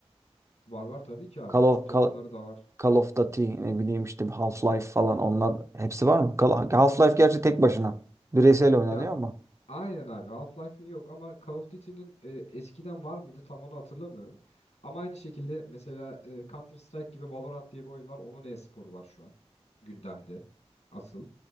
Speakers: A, on the left (about 85°); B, on the right (about 25°).
A: Var var tabii ki abi.
B: Call
A: Türk
B: of,
A: takımları
B: Call,
A: da var.
B: Call of Duty ne bileyim işte Half-Life falan onlar hepsi var mı? Call- Half-Life gerçi tek başına bireysel oynanıyor
A: Ya
B: ama
A: Aynen abi Half-Life'in yok ama Call of Duty'nin e, eskiden var mıydı tam onu hatırlamıyorum. Ama aynı şekilde mesela e, Counter Strike gibi Valorant diye bir oyun var. Onun e-sporu var şu an gündemde asıl.